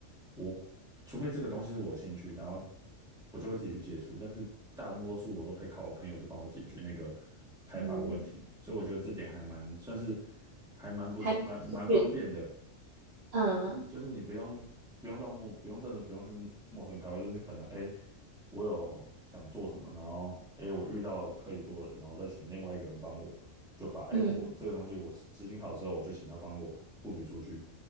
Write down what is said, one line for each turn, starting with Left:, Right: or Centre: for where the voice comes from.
Centre: 我除非这个东西是我有兴趣，然后我就会自己去接触，但是大多数我都可以靠我朋友去帮我解决那个开发的问题，
Right: 嗯，
Centre: 所以我觉得这点还蛮算是还蛮不蛮蛮方便的。
Right: 还蛮幸运，嗯
Centre: 就是你不用不用到陌不用真的不用去陌生开发，就是可能哎，我有想做什么，然后哎我遇到可以做的然后再请另外一个人帮我，就把哎我这个东西我执行好之后，
Right: 嗯
Centre: 我就请他帮我布局出去，